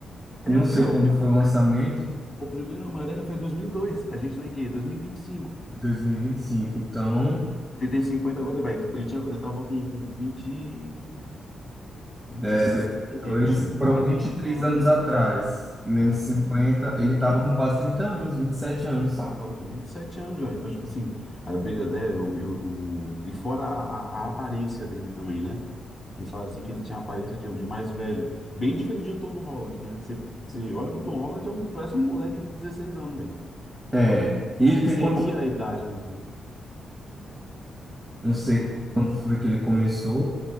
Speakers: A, on the left (about 35°); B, in the centre.
A: É,
B: não
A: porque
B: sei
A: ó,
B: quando
A: o, pri-
B: foi o lançamento,
A: o primeiro Homem-Aranha foi em dois. mil e dois. A gente tá em quê? dois mil e vinte e cinco.
B: dois mil e e vinte e cinco Então.
A: Ele tem 50 agora, vai. Tipo, ele tinha, ele tava com, com vinte, vinte
B: É,
A: e sete
B: dois mil e dois Foram
A: quase
B: vinte
A: 30
B: e três
A: anos.
B: anos atrás. Menos
A: É, é.
B: cinquenta Ele tava com quase 30 anos, 27 anos.
A: Eu tava com 27 anos já. Então, tipo assim, a abelha, né, eu, eu, o- e fora a, a, a aparência dele também, né? ele falam assim que ele tinha a aparência de, de mais velho. Bem diferente do Tom Holland, né? Você, você olha pro Tom Holland, é um, parece um moleque de 16 anos, velho.
B: É. E ele tem
A: E seria
B: quanto?
A: a idade, né?
B: Não sei
A: O-
B: quando foi que ele começou.